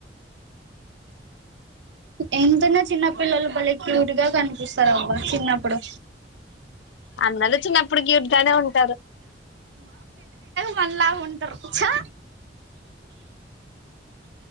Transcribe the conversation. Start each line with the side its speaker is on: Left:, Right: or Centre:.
Right: ఎంతున్నా చిన్నపిల్లలు భలే క్యూట్ గా కనిపిస్తారు అబ్బా చిన్నప్పుడు
Left: అందరూ చిన్నప్పుడు క్యూట్ గానే ఉంటారు
Right: మన్ లాగ ఉంటారు చా